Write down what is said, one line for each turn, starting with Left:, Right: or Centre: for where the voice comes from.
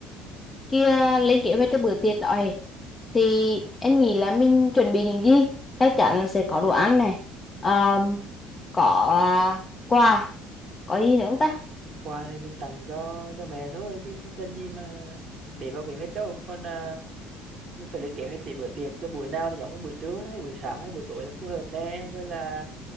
Left: kia lên kế hoạch cho bữa tiệc đó ấy. thì em nghĩ là mình chuẩn bị những gì chắc chắn là sẽ có đồ ăn này Ờ, có à, quà có gì nữa không ta
Right: quà thì mình tặng cho cho mẹ thôi chứ không cần gì mà để vào kế hoạch đâu còn à, mình phải lên kế hoạch để bữa tiệc cho buổi nào thì giống buổi trưa hay buổi sáng hay buổi tối là phù hợp nè rồi là